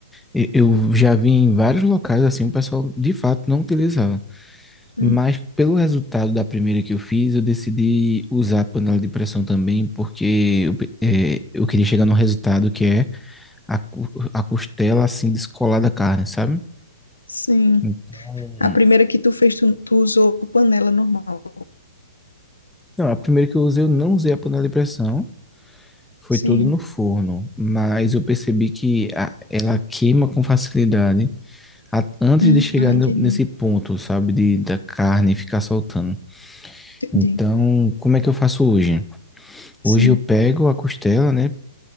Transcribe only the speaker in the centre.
e- eu já vi em vários locais assim, o pessoal de fato não utilizava.
Mas pelo resultado da primeira que eu fiz, eu decidi usar a panela de pressão também, porque eu, pe- é, eu queria chegar no resultado que é a, cu- a costela assim descolar da carne, sabe?
Então,
não, a primeira que eu usei, eu não usei a panela de pressão. Foi
tudo no forno, mas eu percebi que a- ela queima com facilidade a- antes
de chegar
no- nesse ponto, sabe, de, da carne ficar soltando.
Então, como é que eu faço hoje? Hoje
eu pego a costela, né?